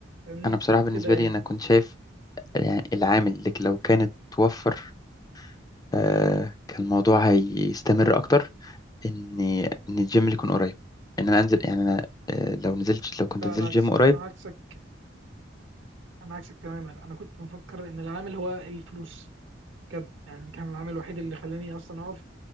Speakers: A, on the right (about 70°); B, on the left (about 20°).
A: فاهمني
B: انا بصراحه بالنسبه
A: كده يعني
B: لي انا كنت شايف يعني العامل اللي لو كانت توفر آه كان الموضوع هيستمر اكتر ان ان الجيم اللي يكون قريب ان انا انزل يعني انا آه لو نزلت لو كنت
A: لا
B: نزلت
A: العكس
B: جيم قريب
A: انا عكسك انا عكسك تماما انا كنت مفكر ان العامل هو الفلوس بجد يعني كان العامل الوحيد اللي خلاني اصلا اقف